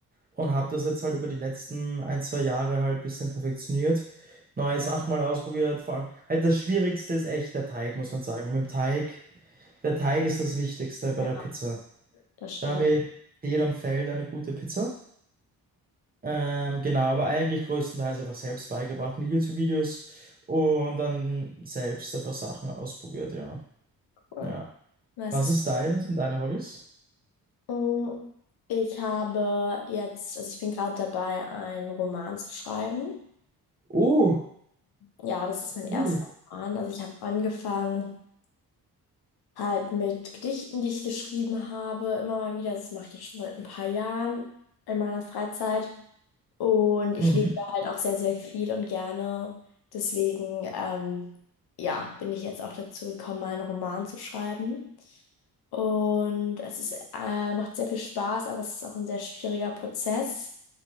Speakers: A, on the right; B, on the left.
A: und habe das jetzt halt über die letzten ein, zwei Jahre halt ein bisschen perfektioniert. Neue Sachen mal ausprobiert. Vor allem halt das Schwierigste ist echt der Teig, muss man sagen. Mit dem Teig, der Teig ist das Wichtigste bei
B: Ja,
A: der Pizza.
B: das stimmt.
A: Damit steht und fällt eine gute Pizza. Ähm, genau, aber eigentlich größtenteils einfach selbst beigebracht mit YouTube-Videos und dann selbst einfach Sachen ausprobiert, ja.
B: Cool.
A: Ja.
B: Nice.
A: Was
B: ist-
A: ist dein, was sind deine Hobbys?
B: Mm, Ich habe jetzt, also ich bin gerade dabei, einen Roman zu schreiben.
A: Oh,
B: Ja, das ist mein erster
A: cool.
B: Roman. Also ich habe angefangen. Halt mit Gedichten, die ich geschrieben habe, immer mal wieder. Das mache ich jetzt schon seit ein paar Jahren in meiner Freizeit. Und ich
A: Mhm.
B: lese halt auch sehr, sehr viel und gerne. Deswegen, ähm, ja, bin ich jetzt auch dazu gekommen, meinen Roman zu schreiben. Und es ist, äh, macht sehr viel Spaß, aber es ist auch ein sehr schwieriger Prozess.